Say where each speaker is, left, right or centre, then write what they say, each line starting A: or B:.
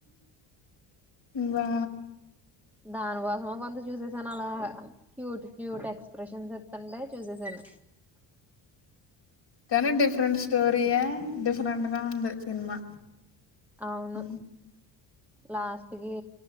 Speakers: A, on the left; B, in the centre.
A: బా
B: దానికోసమే కొంత చూసేసాను అలా క్యూట్ క్యూట్ ఎక్స్ప్రెషన్స్ ఇత్తుంటే చుసేసాను
A: కానీ డిఫరెంట్ స్టోరీయే డిఫరెంట్ గా ఉంది సినిమా
B: అవును
A: ఉమ్.
B: లాస్ట్ టికి